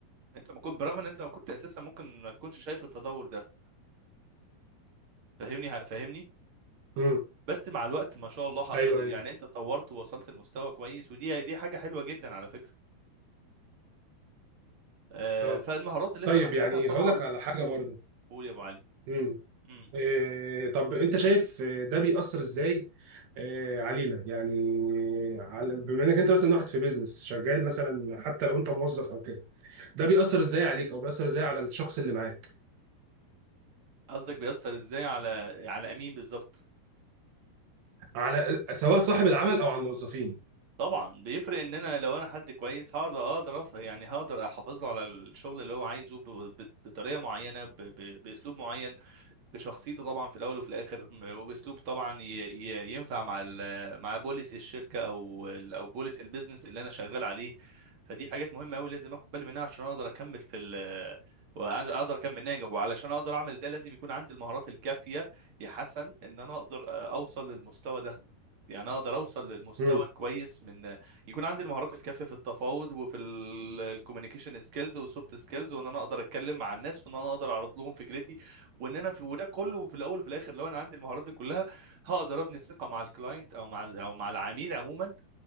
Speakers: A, on the right (about 35°); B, on the right (about 80°).
A: انت ما كنت برغم ان انت ما كنت اساسا ممكن ما تكونش شايف التطور ده فاهمني فاهمني
B: امم
A: بس مع الوقت ما شاء الله حضرتك
B: ايوه ايوه
A: يعني انت اتطورت ووصلت لمستوى كويس ودي دي حاجة حلوة جدا على فكرة آه،
B: اه
A: فالمهارات اللي
B: طيب
A: انت محتاجها
B: يعني
A: طبعا
B: هقول لك على حاجه
A: قول
B: برضو
A: قول يا ابو علي
B: امم
A: مم.
B: إيه طب انت شايف آه، ده بيأثر ازاي إيه علينا يعني آه، على بما انك انت مثلا واحد في بيزنس شغال مثلا حتى لو انت موظف او كده ده بيأثر ازاي عليك او بيأثر ازاي على الشخص اللي معاك
A: قصدك بيأثر ازاي على على امين بالظبط
B: على آه، سواء صاحب العمل او على الموظفين
A: طبعا بيفرق ان انا لو انا حد كويس هقدر اقدر أف- يعني هقدر احافظ له على الشغل اللي هو عايزه ب- ب- بطريقه معينه ب- ب- باسلوب معين بشخصيته طبعا في الاول وفي الاخر م- وباسلوب طبعا ي- ي- ينفع مع ال- مع بوليس الشركه او ال- او بوليس البيزنس اللي انا شغال عليه فدي حاجات مهمه قوي لازم اخد بالي منها عشان اقدر اكمل في ال واقدر اكمل ناجح وعلشان اقدر اعمل ده لازم يكون عندي المهارات الكافيه يا حسن ان انا اقدر آه، اوصل للمستوى ده يعني اقدر اوصل للمستوى
B: امم
A: كويس من يكون عندي المهارات الكافيه في التفاوض وفي الكوميونيكيشن سكيلز والسوفت سكيلز وان انا اقدر اتكلم مع الناس وان انا اقدر اعرض لهم فكرتي وان انا في وده كله في الاول وفي الاخر لو انا عندي المهارات دي كلها هقدر ابني الثقه مع الكلاينت او مع او مع العميل عموما